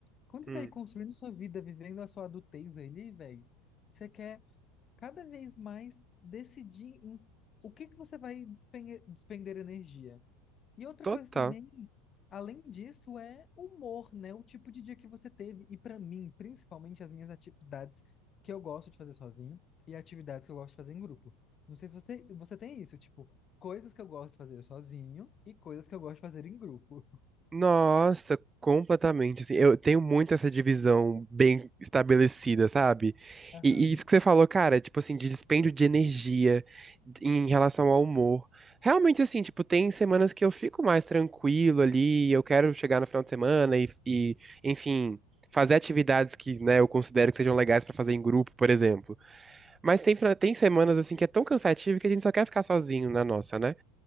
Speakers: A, on the left; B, on the right.
A: quando você
B: Hum,
A: tá aí construindo sua vida, vivendo a sua adultez ali, velho, você quer cada vez mais decidir em o que que você vai despen- despender energia. E outra
B: total.
A: coisa também, além disso, é humor, né? O tipo de dia que você teve. E pra mim, principalmente as minhas atividades que eu gosto de fazer sozinho e atividades que eu gosto de fazer em grupo. Não sei se você, você tem isso, tipo, coisas que eu gosto de fazer sozinho e coisas que eu gosto de fazer em grupo.
B: Nossa, completamente. assim, eu tenho muito essa divisão bem estabelecida, sabe?
A: Aham,
B: E, e isso que você falou, cara, tipo assim, de dispêndio de energia em relação ao humor. Realmente, assim, tipo, tem semanas que eu fico mais tranquilo ali, eu quero chegar no final de semana e, e, enfim, fazer atividades que, né, eu considero que sejam legais pra fazer em grupo, por exemplo. Mas tem, fra- tem semanas, assim, que é tão cansativo que a gente só quer ficar sozinho na nossa, né?